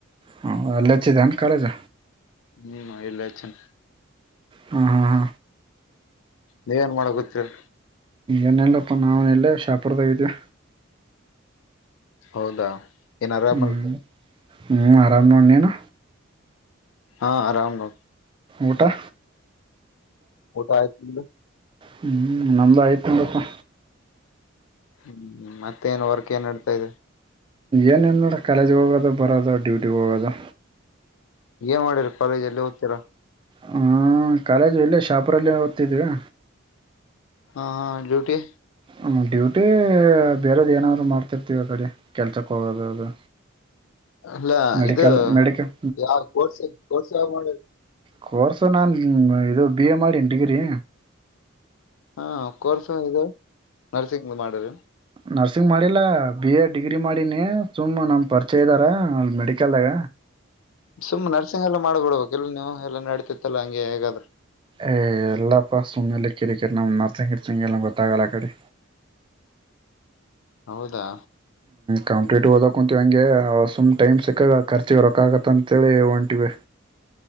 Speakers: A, on the right; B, on the left.
A: ಹ ಅಲ್ಲಿ ಹಚ್ಚಿದೆನ್ ಕಾಲೇಜ್.
B: ಹ್ಮ ಇಲ್ಲಿ ಹಚ್ಚೆನ್.
A: ಹಾ ಹಾ ಹಾ
B: ನೀವೇನ್ ಮಾಡಾಕುತ್ತೀರಿ.
A: ಏನಿಲ್ಲಪ್ಪ ನಾವು ಎಲ್ಲೆ ಶಹಾಪುರದಾಗ ಇದ್ವಿ.
B: ಹೌದಾ. ಏನ್ ಆರಾಮಲ್ಲ.
A: ಹ್ಮ್ ಹ್ಮ್ ಆರಾಮ ನೋಡ ನೀನು.
B: ಹಾ ಆರಾಮ ನೋಡ.
A: ಊಟಾ-
B: ಊಟ ಆಯ್ತ ನಿಂದ.
A: ಹ್ಮ್ ನಮ್ದ ಆಯ್ತ ನೋಡಪ್ಪ.
B: ಹ್ಮ್ ಮತ್ತೇ ಏನ್ ವರ್ಕ್ ಏನ್ ನಡ್ತಾ ಇದೆ.
A: ಏನಿಲ್ಲ ನೋಡ ಕಾಲೇಜ್ಗೆ ಹೋಗೋದು ಬರದು ಡ್ಯೂಟಿಗೆ ಹೋಗೋದು.
B: ಏನ್ ಮಾಡಿರ ಕಾಲೇಜ ಅಲ್ಲಿ ಓದ್ತೀರಾ.
A: ಹ್ಮ ಕಾಲೇಜ್ ಇಲ್ಲೆ ಶಾಹಾಪುರಲ್ಲಿ ಓದ್ತಿದೀವಿ.
B: ಹಾ ಹಾ ಡ್ಯೂಟಿ.
A: ಹ ಡ್ಯೂಟಿ ಬೇರೆದ ಏನಾದ್ರು ಮಾಡ್ತಿರ್ತೀವಿ ಆ ಕಡೆ ಕೆಲ್ಸಕ್ಕೆ ಹೋಗೋದು ಅದು.
B: ಇಲ್ಲ
A: ಮೆಡಿಕಲ್
B: ಇದು
A: ಮೆಡಿಕಲ್
B: ಯಾವ ಕೋರ್ಸ್ ಕೋರ್ಸ್ ಯಾವಾಗ ಮಾಡಿರಿ.
A: ಕೋರ್ಸ ನಾನು ಇದು ಬಿ ಎ ಮಾಡ ಡಿಗ್ರಿ.
B: ಹಾ ಕೋರ್ಸ ಇದು ನರ್ಸಿಂಗ ಮಾಡರಿಿ.
A: ನರ್ಸಿಂಗ್ ಮಾಡಿಲ್ಲ ಬಿ ಎ ಡಿಗ್ರಿ ಮಾಡಿನಿ ಸುಮ್ಮ ನಮ್ಮ ಪರಿಚಯ ಇದ್ದಾರ ಅಲ್ಲಿ ಮೆಡಿಕಲ್ದಾಗ.
B: ಸುಮ್ಮ್ ನರ್ಸಿಂಗ್ ಎಲ್ಲ ಮಾಡ್ಬಿಡ್ಬೇಕಕ್ ಎಲ್ಲ ನೀವು ಎಲ್ಲ ನಡ್ತಿತ್ತಲ್ಲ ಹಂಗೆ ಹೇಗಾದ್ರೆ.
A: ಏ ಎಲ್ಲಪ್ಪ ಸುಮ್ಮನೆಲ್ಲ ಕಡ ಕೆಟ್ ನ ನಸ ಕತ ಎಲ್ಲ ಗೊತ್ತಾಗಲ್ಲಾ ಕಡೆ.
B: ಹೌದಾ.
A: ಕಾಂಪ್ಲೀಟ ಓದಕೊಂತೀವಿ ಹಂಗೆ ಅವ ಸುಮ್ ಟೈ್ ಸಿಕ್ಕಾಗ ಆ ಖರ್ಚಿಗೆ ರೊಕ್ಕಾಗತ್ತ ಅಂತೇಳಿ ಹೊಂಟಿವವಿ.